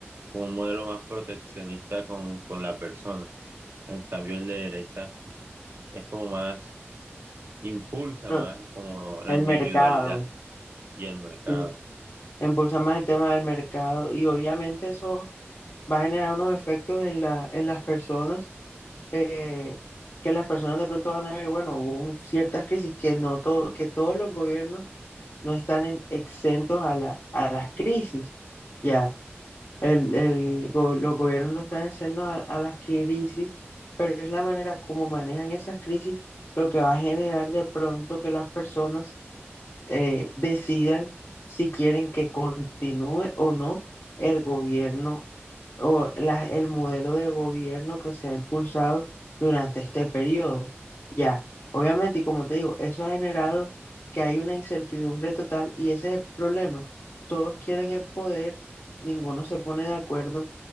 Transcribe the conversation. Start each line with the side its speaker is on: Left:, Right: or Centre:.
Right: como un modelo más proteccionista con, con la persona. En cambio, el de derecha es como más, impulsa
Left: pero
Right: más como la
Left: el
Right: individualidad
Left: mercado,
Right: y el mercado.
Left: sí, impulsa más el tema del mercado y obviamente eso va a generar unos efectos en la, en las personas, eh, que las personas de pronto van a ver, bueno, hubo un- ciertas crisis que no todo, que todos los gobiernos no están en- exentos a la, a las crisis, ya. El, el go- los gobiernos no están haciendo a, a las crisis, pero es la manera como manejan esas crisis lo que va a generar de pronto que las personas eh, decidan si quieren que continúe o no el gobierno o la- el modelo de gobierno que se ha impulsado durante este periodo. Ya, obviamente, y como te digo, eso ha generado que hay una incertidumbre total y ese es el problema. Todos quieren el poder, ninguno se pone de acuerdo,